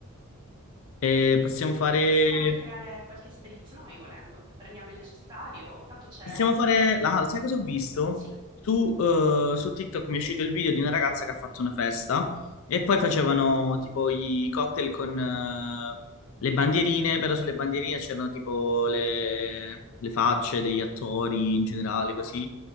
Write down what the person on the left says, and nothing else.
Eh, possiamo fare.
Possiamo fare... Ah, sai cosa ho visto?
Su, eh, su TikTok mi è uscito il video di una ragazza che ha fatto una festa e poi facevano
tipo i cocktail con eh, le bandierine, però sulle bandierine c'erano tipo le, le facce degli attori in generale, così.